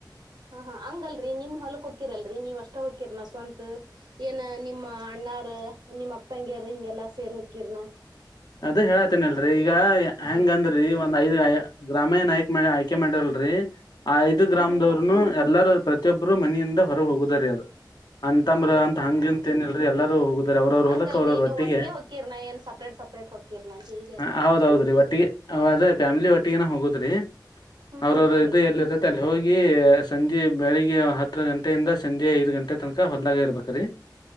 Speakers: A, on the right; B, on the left.
A: ಹಾ ಹಾ ಹಂಗಲ್ರಿ ನಿಮ್ ಹೊಲಕ್ ಹಕಿರಲ್ರರಿ ನೀವ್ ಅಷ್ಟ ಹಕಿರನ ಸ್ವಂತ ಏನ ನಿಮ್ಮ ಅಣ ಏನಾರ ನಿಮ್ ಅಕ್ಕತಂಗಗೆಾರ ಹಿಂಗೆಲ್ಲಾ ಸೇರ್ ಹಕಿರ್ನ
B: ಅದೇ ಹೇಳತೇನಲ್ರರಿ ಈಗ
A: ಹ್ಮ್
B: ಹೆಂಗಂದ್ರೀ
A: ಹ್ಮ್
B: ಒಂದ್ ಐದ್ ಗ್ರಾಮೇ ನಾಯಕ ಆಯ್ಕೆ ಮಾಡಿರಲ್ರರಿ ಆ ಐದು
A: ಹ್ಮ್
B: ಗ್ರಾಮದವ್ನು
A: ಹ್ಮ್ ಹ್ಮ್
B: ಎಲ್ಲಾರೂ ಪ್ರತಿಯೊಬ್ರು ಮನೆಯಿಂದ ಹೊರಗೆ ಹೋಗುದು ್ದರ್ಯಾದ ಅಂತಮ್ರ
A: ಹೌದನ್ರಿ
B: ಅಂತ ಹಂಗಿಂತ ಏನಲ್ರಿ ಎಲ್ಲಾರೂ ಹೋಗುದ್ರ ಅವ್ರವರು
A: ಹಂಗಲ್ರರಿ
B: ಹೊಲಕ್ಕ ಅವ್ರವ್ರ
A: ನೀವ್
B: ಒಟ್ಟಿಗೆ
A: ಹೊಕ್ಕಿರ್ನ ಏನ್ ಸಪ್ರೇಟ್ ಸಪ್ರೇಟ್ ಹೊಕ್ಕಿರ್ನ ಅಂತ ಕೇಳಿದೇರಿ
B: ಹ ಹೌದೌದ್ರಿ ಒಟ್ಟಿಗೆ ಅದ ಫ್ಯಾಮಿಲಿ ಒಟ್ಟಿಗಿನ ಹೋಗದ್ರಿ
A: ಹ್ಮ್
B: ಅವ್ರವ್ರರು
A: ಹ್ಮ್ ಹೂನ್ರಿ
B: ಇದು ಎಲ್ಲಿರುತ್ತ ಅಲ್ಲಿ ಹೋಗಿ ಗಿ ಸಂಜೆ ಬೆಳಿಗ್ಗೆ ಹತ್ತು ಗಂಟೆಯಿಂದ ಸಂಜೆ ಐದ್ ಗಂಟೆ ತನಕ ಹೊಲ್ದಾಗೆ ಇರ್ಬೇಕ್ರೀ.